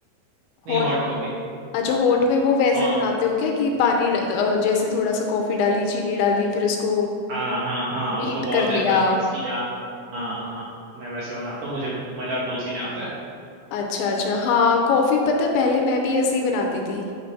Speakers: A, on the right (about 75°); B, on the left (about 80°).
A: नहीं
B: हॉट
A: हॉट कॉफी
B: अच्छा हॉट में वो वैसे
A: हाँ
B: बनाते हो क्या कि पानी ड- अ, जैसे थोड़ा सा कॉफी डाली चीनी डाली फिर उसको
A: हाँ हाँ हाँ
B: बीट
A: उसको बहुत
B: कर
A: देर
B: लिया
A: तक मिक्स किया हाँ हाँ मैं वैसे बनाता हूँ मुझे मजा तो उसी में आता है
B: अच्छा अच्छा हाँ कॉफ़ी पता है पहले मैं भी ऐसे ही बनाती थी